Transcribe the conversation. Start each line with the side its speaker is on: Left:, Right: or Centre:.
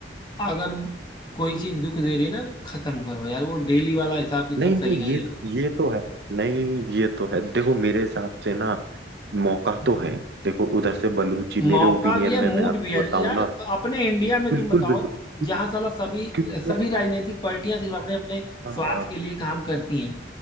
Left: अगर कोई चीज दुख दे रही है ना खत्म करो यार वो डेली वाला हिसाब किताब
Right: नहीं नहीं
Left: सही नहीं
Right: ये
Left: आता मुझे
Right: ये तो है नहीं ये तो है देखो मेरे हिसाब से ना मौका तो है देखो उधर से बलूची
Left: मौका
Right: मेरे ओपिनियन
Left: भी है मूड
Right: में मैं आपको
Left: भी है
Right: बताऊं
Left: यार
Right: ना
Left: अपने इंडिया
Right: बिल्कुल
Left: में तुम बताओ
Right: बिल्कुल क्योंकि
Left: जहां साला सभी
Right: क्योंकि
Left: सभी
Right: मैं
Left: राजनीतिक पार्टियां सिर्फ अपने अपने
Right: हाँ
Left: स्वार्थ के लिए काम करती हैं